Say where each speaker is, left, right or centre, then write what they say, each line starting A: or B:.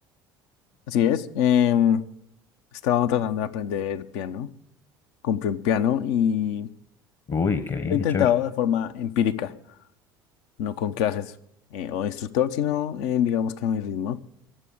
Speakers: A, on the left; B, on the left.
A: Así es. em, estaba tratando de aprender piano. Compré un piano y
B: Uy, qué bien,
A: lo he intentado
B: qué chévere.
A: de forma empírica, no con clases eh, o instructor, sino eh, digamos que a mi ritmo.